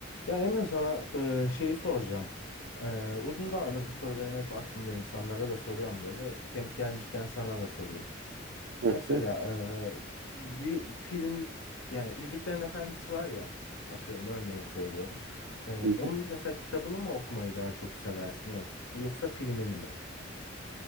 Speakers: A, on the left; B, on the right.
A: Ya Emre sana e, şeyi soracağım. E, uzun zamandır bu soru benim hep aklımda insanlara da soruyorum böyle. Denk gelmişken sana da sorayım.
B: Hı
A: Mesela
B: hı.
A: e, bir film yani Yüzüklerin Efendisi var ya atıyorum örneğin söylüyorum. E,
B: Hı hı.
A: onun mesela kitabını mı okumayı daha çok seversin yoksa filmini mi?